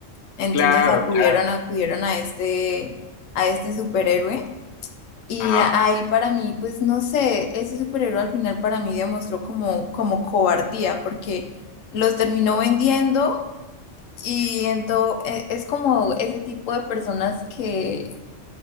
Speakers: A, on the left (about 85°); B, on the left (about 65°).
A: Entonces
B: Claro,
A: acudieron,
B: claro.
A: acudieron a este, a este superhéroe. Y
B: Ajá.
A: ahí para mí, pues no sé, ese superhéroe al final para mí demostró como, como cobardía, porque los terminó vendiendo y entonces es como ese tipo de personas que